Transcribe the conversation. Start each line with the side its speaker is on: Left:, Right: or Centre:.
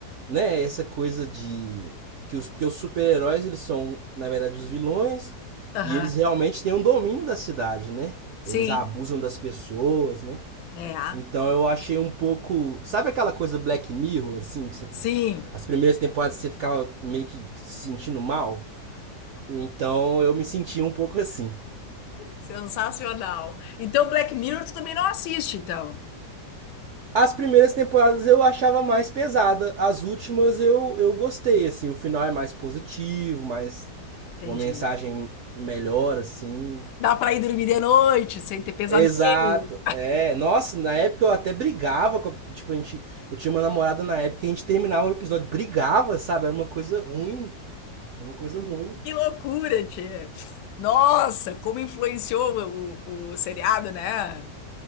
Right: né, essa coisa de que os, porque os super-heróis, eles são, na verdade, os vilões,
Left: Aham.
Right: e eles realmente têm um domínio da cidade, né?
Left: Sim.
Right: Eles abusam das pessoas, né?
Left: É.
Right: Então eu achei um pouco. Sabe aquela coisa Black Mirror, assim, que você fica.
Left: Sim.
Right: As primeiras temporadas você ficava meio que se sentindo mal? Então eu me sentia um pouco assim.
Left: Sensacional. Então, Black Mirror, tu também não assiste, então.
Right: As primeiras temporadas eu achava mais pesada, as últimas eu, eu gostei, assim, o final é mais positivo, mais
Left: Entendi.
Right: uma mensagem melhor, assim.
Left: Dá pra ir dormir de noite sem ter pesadelo.
Right: Exato, é, nossa, na época eu até brigava, com a- tipo, a gente, eu tinha uma namorada na época que a gente terminava o episódio, brigava, sabe, era uma coisa ruim. É uma coisa ruim.
Left: Que loucura, tia. Nossa, como influenciou o, o, o seriado, né?